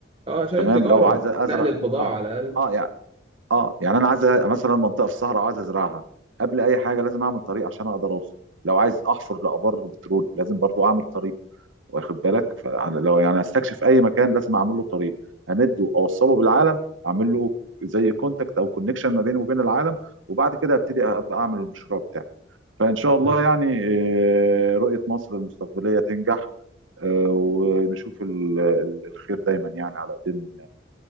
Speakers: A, on the right; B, on the right.
A: أه عشان
B: تمام
A: التجارة
B: لو عايز ازرع
A: نقل البضاعة
B: اه
A: على الأقل
B: اه يعني اه يعني انا عايز مثلا منطقه في الصحراء عايز ازرعها قبل اي حاجه لازم اعمل طريق عشان اقدر اوصل لو عايز احفر لابار بترول لازم برضو اعمل طريق واخد بالك فلو يعني هستكشف اي مكان لازم اعمل له طريق امده اوصله بالعالم اعمل له زي كونتاكت او كونكشن ما بينه وبين العالم وبعد كده ابتدي ابقى اعمل المشروع بتاعي فان شاء الله
A: صح
B: يعني آه، رؤيه مصر المستقبليه تنجح آه، ونشوف ال- ال- الخير دايما يعني على ايدين